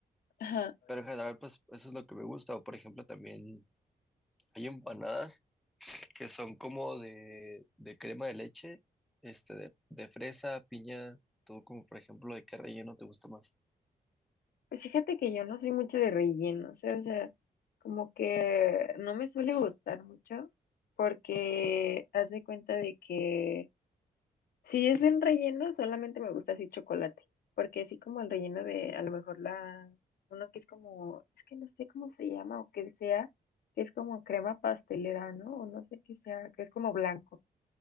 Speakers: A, on the left; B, in the centre.
A: Ajá.
B: Pero en general, pues eso es lo que me gusta. O por ejemplo, también hay empanadas que son como de, de crema de leche, este, de, de fresa, piña, todo como por ejemplo, ¿de qué relleno te gusta más?
A: Pues fíjate que yo no soy mucho de relleno, o sea, o sea, como que no me suele gustar mucho porque haz de cuenta de que Si es en relleno, solamente me gusta así chocolate, porque así como el relleno de a lo mejor la, uno que es como, es que no sé cómo se llama o que sea, que es como crema pastelera, ¿no? O no sé qué sea, que es como blanco.